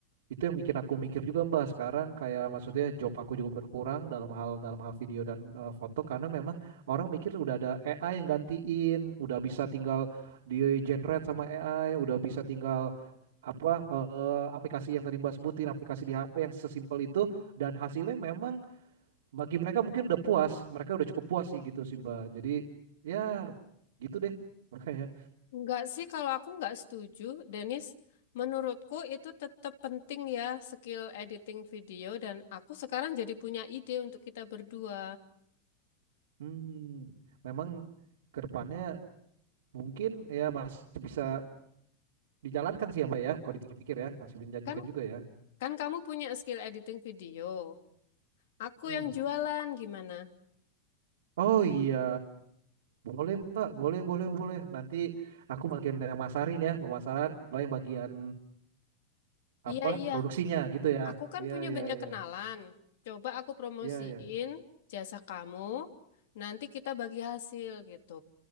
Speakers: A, on the right; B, on the left.
A: itu yang bikin aku mikir juga Mbak sekarang kayak maksudnya job aku juga berkurang dalam hal dalam hal video dan eh, foto karena memang orang mikir udah ada AI yang gantiin, udah bisa tinggal di generate sama AI, udah bisa tinggal apa eh, eh, aplikasi yang tadi Mbak sebutin, aplikasi di HP yang sesimpel itu dan hasilnya memang bagi mereka mungkin udah puas, mereka udah cukup puas sih gitu sih Mbak. Jadi ya gitu deh makanya.
B: Enggak sih kalau aku enggak setuju, Dennis. Menurutku itu tetap penting ya skill editing video dan aku sekarang jadi punya ide untuk kita berdua.
A: Hmm, memang ke depannya mungkin ya masih bisa Dijalankan sih ya Mbak ya, kalau dipikir-pikir ya, masih menjanjikan
B: Kan
A: juga ya.
B: Kan kamu punya skill editing video. Aku
A: Hmm.
B: yang jualan gimana?
A: Oh iya, boleh Mbak, boleh, boleh, boleh. Nanti aku bagian yang masarin ya, pemasaran, Mbak yang bagian
B: Iya,
A: apa
B: iya.
A: produksinya gitu ya.
B: Aku kan
A: Iya,
B: punya
A: iya,
B: banyak
A: iya,
B: kenalan. Coba aku promosiin
A: iya, iya,
B: jasa kamu. Nanti kita bagi hasil gitu.